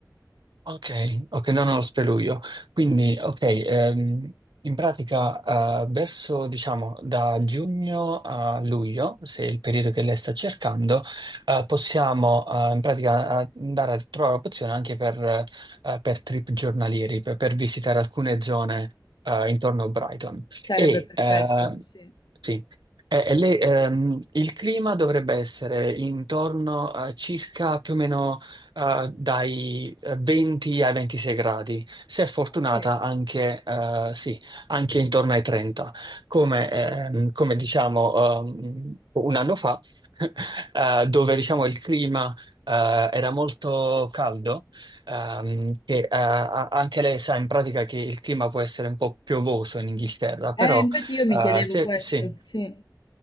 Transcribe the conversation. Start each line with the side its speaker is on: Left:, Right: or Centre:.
Right: Ok, ok, no, no, lo preludio. Quindi, ok, ehm, in pratica eh, verso, diciamo, da giugno a luglio, se è il periodo che lei sta cercando, eh, possiamo eh, in pratica eh, andare a trovare opzione anche per, eh, per trip giornalieri, per, per visitare alcune zone eh, intorno a Brighton.
Left: Sarebbe
Right: E,
Left: perfetto,
Right: eh,
Left: sì.
Right: sì, e- e lei, ehm, il clima dovrebbe essere intorno a circa più o meno eh, dai eh, 20 ai 26 gradi, se è fortunata
Left: Ok.
Right: anche, eh, sì, anche intorno ai 30. Come, ehm, come diciamo ehm, un anno fa, <laughs> eh, dove diciamo il clima eh, era molto caldo, ehm, e eh, a- anche lei sa in pratica che il clima può essere un po' piovoso in Inghilterra, però
Left: Eh, infatti io mi
Right: eh,
Left: chiedevo
Right: se,
Left: questo,
Right: sì,
Left: sì.